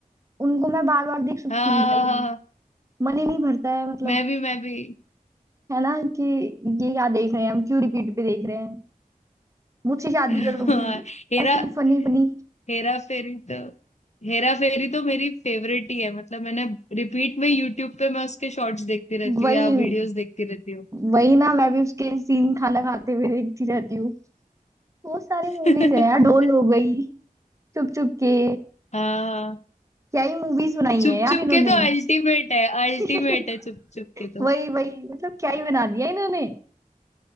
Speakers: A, on the right (about 20°); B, on the left (about 50°).
A: उनको मैं बार बार देख सकती
B: हाँ
A: हूँ भाई
B: हाँ हाँ हाँ, हाँ।
A: मन ही नहीं भरता है मतलब
B: मैं भी मैं भी
A: है ना कि ये क्या देख रहे हैं हम क्यों रिपीट पे देख रहे हैं मुझसे शादी
B: <laughs>
A: करोगी
B: हाँ, हेरा
A: ऐसी फनी फनी
B: हेरा फेरी तो हेरा फेरी तो मेरी फेवरेट ही है मतलब मैंने रिपीट में यूट्यूब पे मैं उसके शॉर्ट्स देखती रहती
A: वही
B: हूँ या वीडियोस देखती रहती हूँ
A: वही ना मैं भी उसके सीन खाना खाते हुए देखती रहती हूँ बहुत सारी मूवीज
B: <laughs>
A: है यार ढोल हो गई चुप चुप के
B: हाँ हाँ
A: क्या ही मूवीज बनाई
B: चुप
A: है यार
B: चुप
A: इन्होंने
B: के तो अल्टीमेट है अल्टीमेट
A: <laughs>
B: है चुप चुप के तो।
A: वही वही मतलब क्या ही बना दिया इन्होंने